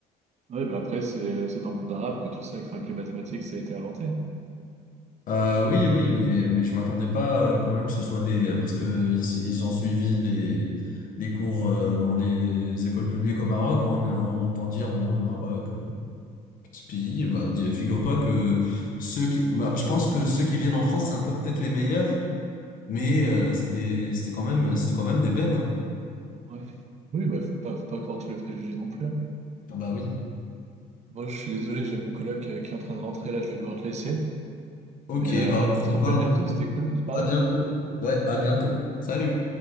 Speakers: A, on the right (about 40°); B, on the left (about 55°).
A: Ouais, bah après, c'est euh, c'est dans le monde arabe que tout ça, enfin, que les mathématiques, ça a été inventé. hein.
B: Ah oui, oui, mais mais je m'attendais pas euh, quand même que ce soit des parce que ils, ils ont suivi les les cours euh, dans les écoles publiques au Maroc, on, on entend dire bon le Maroc. euh, Ce pays, bah, dis- figure-toi que ceux qui, bah, je pense que ceux qui viennent en France, c'est un peu peut-être les meilleurs, mais euh, c'était, c'était quand même, c'était quand même des bêtes, hein.
A: Ouais. Oui, bah faut pas, faut pas croire tous les préjugés non plus. hein.
B: Ah Bah oui.
A: Moi, je suis désolé, j'ai mon coloc euh, qui est en train de rentrer là, je vais devoir te laisser.
B: Ok,
A: Mais, euh,
B: bah on
A: mais
B: se
A: on se
B: reparle.
A: rappelle bientôt, c'était cool de parler.
B: À bientôt. Ouais,
A: Ciao.
B: à bientôt. Salut.